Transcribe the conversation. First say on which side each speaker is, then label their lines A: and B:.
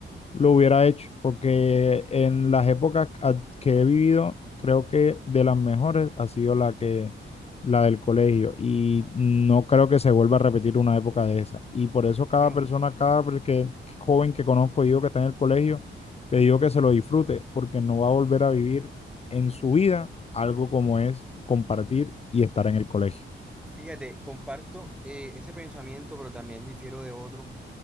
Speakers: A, on the left; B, in the centre.
A: lo hubiera hecho, porque en las épocas a- que he vivido, creo que de las mejores ha sido la que la del colegio y no creo que se vuelva a repetir una época de esa. Y por eso cada
B: Bueno,
A: persona, cada per- que- joven que conozco, digo que está en el colegio, le digo que se lo disfrute, porque no va a volver a vivir en su vida algo como es compartir y estar en el colegio.
B: Fíjate, comparto eh, ese pensamiento, pero también difiero de otro.